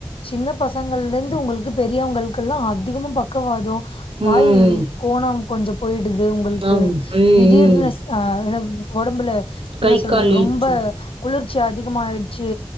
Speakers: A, on the left; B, on the right.
A: சின்ன பசங்க சின்ன பசங்கல இருந்து உங்களுக்கு பெரியவங்களுக்குல்லா அதிகம பக்கவாதெ வாய்
B: ம்
A: கோணோ கொஞ்சோ போயிடுது உங்களுக்கு
B: ஆம். ம்
A: திடீர்னு
B: ம்
A: அ ஒடம்புல
B: கை
A: என்ன சொல்றது
B: கால் இழுத்து
A: ரொம்ப குளிர்ச்சி அதிகமாயிச்சு